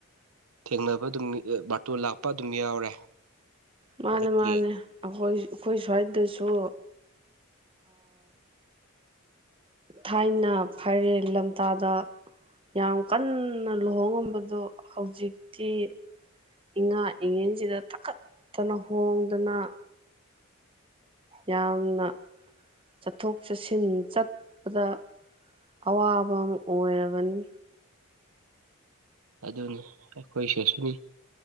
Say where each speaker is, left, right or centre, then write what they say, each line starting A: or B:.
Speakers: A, on the right; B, on the right.
A: ꯊꯦꯡꯅꯕ ꯑꯗꯨꯝ ꯃꯇꯇꯣꯟ ꯂꯥꯛꯄ ꯑꯗꯨꯝ ꯌꯥꯎꯔꯦ
B: ꯃꯥꯅꯦ
A: ꯍꯟꯗꯛꯀꯤ
B: ꯃꯥꯅꯦ ꯑꯩꯈꯣꯏ ꯑꯩꯈꯣꯏ ꯁ꯭ꯋꯥꯏꯗꯁꯨ ꯊꯥꯏꯅ ꯐꯥꯏꯔꯦꯟ ꯂꯝꯇꯥꯗ ꯌꯥꯝ ꯀꯟꯅ ꯂꯨꯍꯣꯡꯉꯝꯕꯗꯣ ꯍꯧꯖꯤꯛꯇꯤ ꯏꯉꯥ ꯏꯉꯦꯟꯁꯤꯗ ꯊꯛꯈꯠꯇꯅ ꯍꯣꯡꯗꯅ ꯌꯥꯝꯅ ꯆꯠꯊꯣꯛ ꯆꯠꯁꯤꯟ ꯆꯠꯄꯗ ꯑꯋꯥꯕ ꯑꯃ ꯑꯣꯏꯔꯕꯅꯤ
A: ꯑꯗꯨꯅꯤ ꯑꯩꯈꯣꯏꯁꯦꯁꯨꯅꯤ